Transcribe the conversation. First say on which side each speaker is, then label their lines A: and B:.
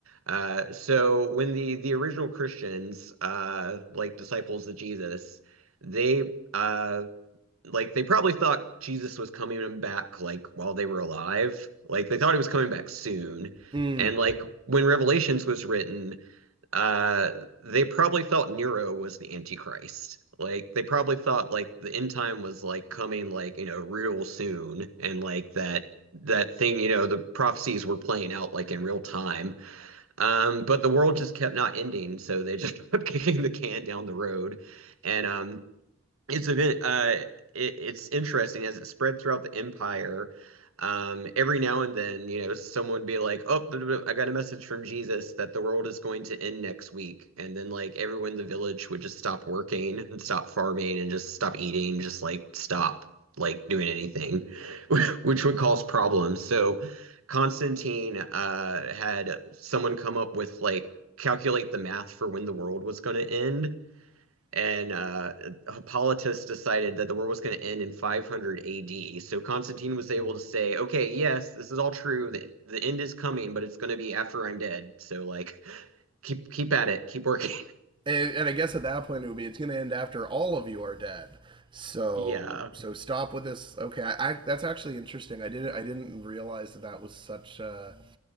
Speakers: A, on the right; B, on the right.
A: uh so when the the original Christians, uh like disciples of Jesus, they uh like they probably thought Jesus was coming back like while they were alive. Like they thought he was coming back soon.
B: Mm.
A: And like when Revelations was written, uh they probably thought Nero was the Antichrist. Like they probably thought like the end time was like coming like you know real soon and like that that thing you know the prophecies were playing out like in real time. Um but the world just kept not ending so they just <laughs> kept kicking the can down the road and um it's a bit uh it, it's interesting as it spread throughout the empire. Um, every now and then, you know, someone would be like, "Oh, blah, blah, blah, I got a message from Jesus that the world is going to end next week," and then like everyone in the village would just stop working <laughs> and stop farming and just stop eating, just like stop like doing anything, <laughs> which would cause problems. So Constantine uh had someone come up with like calculate the math for when the world was going to end and uh, Hippolytus decided that the world was going to end in 500 AD. So Constantine was able to say, "Okay, yes, this is all true. The, the end is coming, but it's going to be after I'm dead. So like, keep keep at it, keep working."
B: And, and I guess at that point it would be it's going to end after all of you are dead. So
A: <laughs> yeah,
B: so stop with this. Okay, I, I, that's actually interesting. I didn't I didn't realize that that was such. a